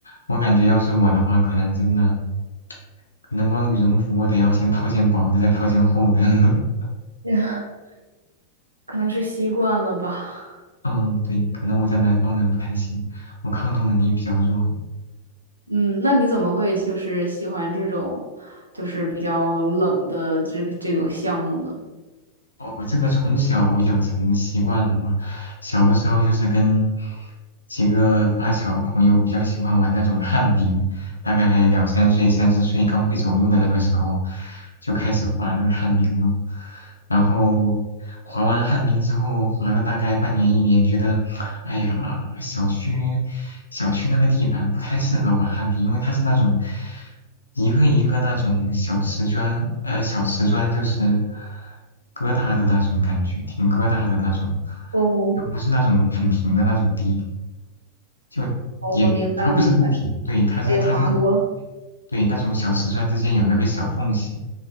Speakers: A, on the left; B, on the right.
A: 我感觉要是我的话，可能真的，可能光羽绒服我得要先套件薄的，再套件厚的。<laughs>
B: <laughs> 可能是习惯了吧。
A: 嗯，对，可能我在南方人不太行，我抗冻能力比较弱。
B: 嗯，那你怎么会就是喜欢这种，就是比较冷的这个这种项目呢？
A: 哦我这个从小养成的习惯吧，小的时候就是跟几个发小朋友比较喜欢玩那种旱冰，大概两三岁、三四岁刚会走路的那个时候，就开始滑那个旱冰了。然后滑完旱冰之后，滑了大概半年一年，觉得，哎呀，小区小区那个地板不太适合玩旱冰，因为它是那种一个一个那种小瓷砖，呃，小瓷砖就是疙瘩的那种感觉，挺疙瘩的那种，
B: 哦，
A: 又不是那种很平的那种地。就也它不是不平，
B: 哦，我明白，我明白，
A: 对，它是它是
B: 我也滑过。
A: 对那种小瓷砖之间有那个小缝隙，